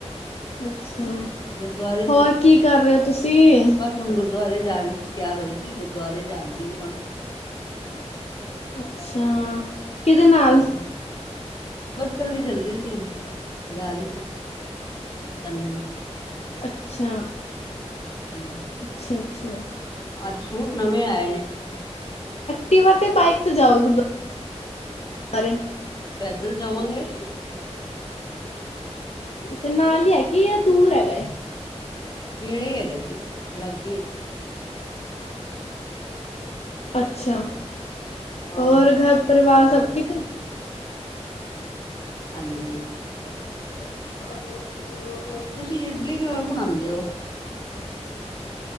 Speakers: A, on the left; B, on the left.
A: ਅੱਛ ਅੱਛਾ
B: ਗੁਰਦੁਆਰੇ ਚੱਲੇ,
A: ਹੋਰ ਕੀ ਕਰ ਰਹੇ ਹੋ ਤੁਸੀਂ?
B: ਬਸ ਹੁਣ ਗੁਰਦੁਆਰੇ ਜਾ ਰਹੀ ਸੀ, ਤਿਆਰ ਹੋਈ ਸੀ ਗੁਰਦੁਆਰੇ ਜਾਣ ਦੀ ਵੀ ਆ
A: ਅੱਛ ਅੱਛਾ ਕਿਹਦੇ ਨਾਲ?
B: ਹੂੰ, ਬਸ ਕੱਲੀ ਚੱਲ ਰਹੀ ਸੀ, ਜਾ ਰਹੀ ਸੀ। ਦੰ
A: ਅੱਛਾ
B: ਹਂ,
A: ਅੱਛਾ ਅੱਛਾ
B: ਅੱਜ ਸੂਟ ਨਵੇਂ ਆਏ ਨੇਂ।
A: ਟੀ ਵਰ ਤੇ ਬਾਾਈਕ ਤੇ ਜਾਓ ਗੁਰਦੂ ਸਾਰੇ
B: ਇੱਧਰ ਜਾਵਾਂਗੇ।
A: ਅੱਛਾ ਨਾਲ ਹੀ ਹੈਗੀ ਆ, ਦੂਰ ਹੈਗਾ।
B: ਖਹੜੇ ਹੀ ਹੈਗਾ ਜੀ, ਲਾਗੇ ਆ।
A: ਅੱਛਾ
B: ਔਰ
A: ਹੋਰ ਘਰ ਪਰਿਵਾਰ
B: ਹਾਂ।
A: ਸਭ ਠੀਕ।
B: ਹਾਂਜੀ। ਸਭ ਠੀਕ ਐ।
A: <unintelligible>
B: ਤੁਸੀਂ ਇਡਲੀ ਕਿਵੇ ਬਣਾਂਦੇ ਔ?